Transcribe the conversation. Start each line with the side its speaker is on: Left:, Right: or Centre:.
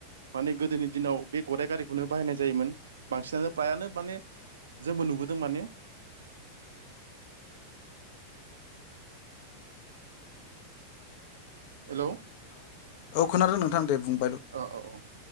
Right: माने गोदोनि दिनाव बे गदाइ गारिखौनो बाहायनाय जायोमोन बांसिनानो फ्रायानो माने जोंबो नुबोदों माने हेल'
Left: हेल' औ खोनादों नोंथां दे बुं
Right: ओ ओ औ <inaudible>